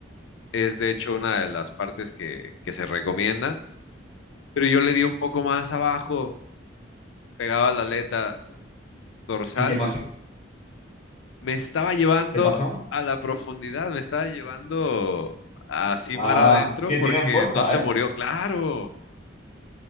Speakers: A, on the left; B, on the left.
A: Es de hecho una de las partes que, que se recomiendan. Pero yo le di un poco más abajo, pegaba la aleta dorsal.
B: ¿Y qué pasó?
A: Me estaba llevando
B: ¿Qué pasó?
A: a la profundidad, me estaba llevando así
B: Ah,
A: mar adentro
B: es que
A: porque
B: tienen fuerza,
A: no se murió,
B: ¿eh?
A: claro.